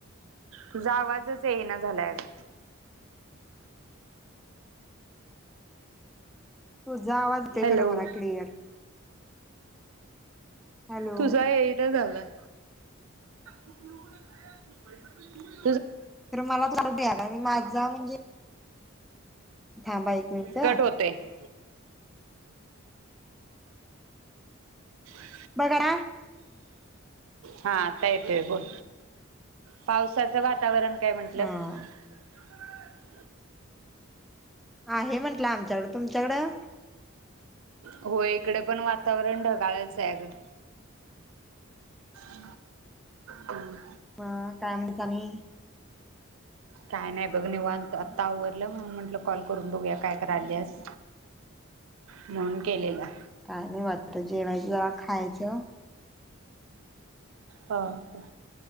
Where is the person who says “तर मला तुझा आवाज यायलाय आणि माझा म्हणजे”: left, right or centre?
Centre